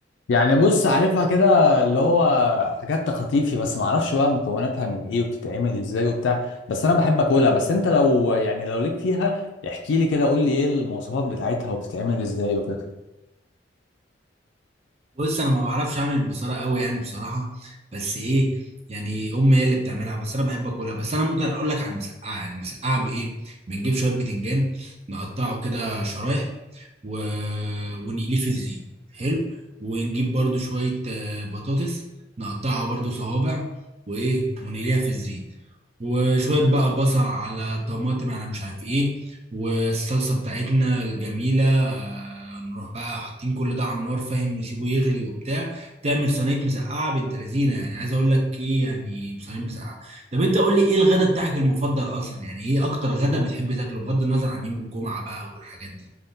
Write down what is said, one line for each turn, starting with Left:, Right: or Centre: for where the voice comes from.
Left: يعني بص عارفها كده اللي هو حاجات تخطيفي بس ما اعرفش بقى مكوناتها من ايه وبتتعمل ازاي وبتاع بس انا بحب اكلها بس انت لو يعني لو ليك فيها احكي لي كده قول لي ايه المواصفات بتاعتها وبتتعمل ازاي وكده
Right: بص انا ما بعرفش اعمل البصاره قوي يعني بصراحه بس ايه يعني امي هي اللي بتعملها بس انا بحب اكلها بس انا ممكن اقول لك على المسقعه يعني المسقعه بايه بنجيب شويه بتنجان نقطعه كده شرايح و... ونقليه في الزيت حلو ونجيب برضو شوية آه، بطاطس نقطعها برضو صوابع وإيه ونقليها في الزيت وشوية بقى بصل على طماطم على مش عارف إيه والصلصة بتاعتنا الجميلة آه، نروح بقى حاطين كل ده على النار فاهم نسيبه يغلي وبتاع تعمل صينية مسقعة بنت لذينة يعني عايز أقول لك إيه يعني صينية مسقعة طب أنت قول لي إيه الغدا بتاعك المفضل أصلا يعني إيه أكتر غدا بتحب تاكله بغض النظر عن يوم الجمعة بقى والحاجات دي